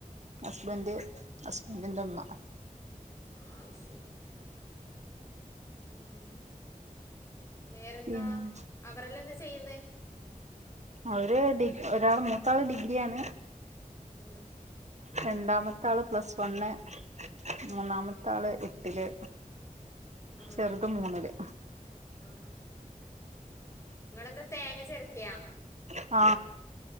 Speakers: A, on the right; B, on the left.
A: ഹസ്ബൻഡ് ഹസ്ബൻഡിൻ്റെ അമ്മ
B: ആ ശരി മ് വേറെന്താ
A: പിന്നെ
B: അവരെല്ലാം എന്താ ചെയ്യുന്ന
A: ഒരു ഡിഗ ഒരാൾ മൂത്താൾ ഡിഗ്രിയ ആണ്
B: മ്
A: രണ്ടാമത്ത ആള് പ്ലസ് വണ് മൂന്നാമത്ത ആള് എട്ടില്
B: ആ
A: ചെറുത് മൂന്ന്ല്
B: ആ നിങ്ങെളെന്താ തേങ്ങ ചിരക്കയാ
A: ആ